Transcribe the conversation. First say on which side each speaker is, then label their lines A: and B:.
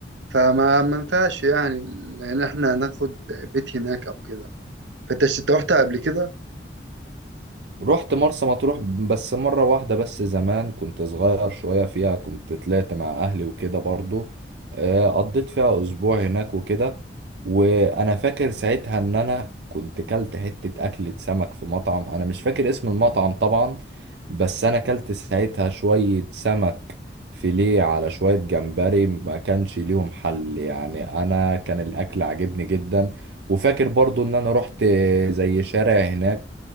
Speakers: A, on the right; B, on the right.
A: فما ما ينفعش يعني لان احنا هناخد بيت هناك او كده فانت ش- انت رحت قبل كده
B: رحت مرسى مطروح بس مرة واحدة بس زمان كنت صغير شوية فيها كنت طلعت مع أهلي وكده برضو آه، قضيت فيها أسبوع هناك وكده وأنا فاكر ساعتها إن أنا كنت كلت حتة أكلة سمك في مطعم أنا مش فاكر اسم المطعم طبعا بس أنا كلت ساعتها شوية سمك فيليه على شوية جمبري ما كانش ليهم حل يعني أنا كان الأكل عجبني جدا وفاكر برضو إن أنا رحت زي شارع هناك